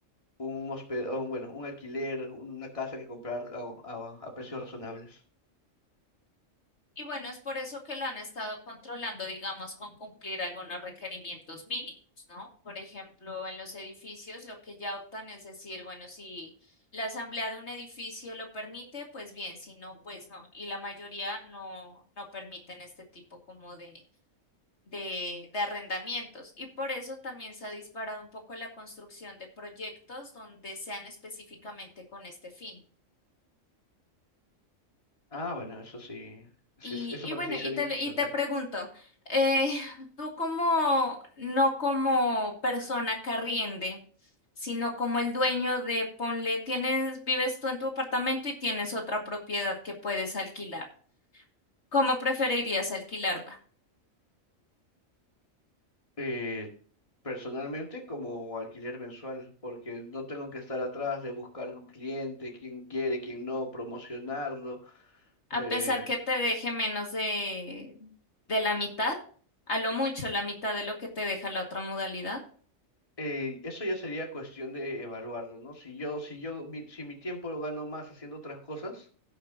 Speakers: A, on the left (about 25°); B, on the left (about 55°).
A: un hospe- o un, bueno, un alquiler, una casa que comprar a, a- a precios razonables.
B: Y bueno, es por eso que lo han estado controlando, digamos, con cumplir algunos requerimientos mínimos, ¿no? Por ejemplo, en los edificios lo que ya optan es decir, bueno, si la asamblea de un edificio lo permite, pues bien, si no, pues no. Y la mayoría no, no permiten este tipo como de, de, de arrendamientos. Y por eso también se ha disparado un poco la construcción de proyectos donde sean específicamente con este fin.
A: Ah, bueno, eso sí, sí,
B: Y,
A: eso
B: y
A: parece
B: bueno,
A: ser
B: y te,
A: interesante.
B: y te pregunto, eh, <laughs> tú como, no como persona carriende, sino como el dueño de, ponle, tienes, vives tú en tu apartamento y tienes otra propiedad que puedes alquilar. ¿Cómo preferirías alquilarla?
A: Eh, personalmente, como alquiler mensual, porque no tengo que estar atrás de buscar un cliente, quién quiere, quién no, promocionarlo.
B: A
A: eh,
B: pesar que te deje menos de, de la mitad, a lo mucho la mitad de lo que te deja la otra modalidad.
A: eh, eso ya sería cuestión de evaluarlo, ¿no? Si yo, si yo, mi, si mi tiempo lo gano más haciendo otras cosas,